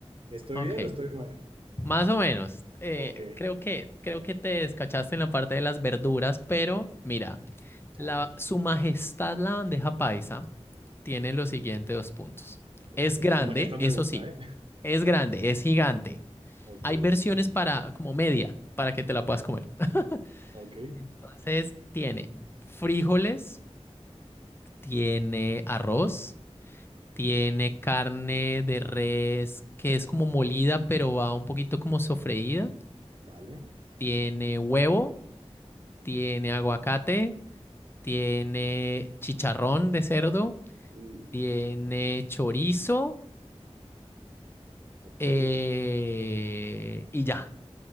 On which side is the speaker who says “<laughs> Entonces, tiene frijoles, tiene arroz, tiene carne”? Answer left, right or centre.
Left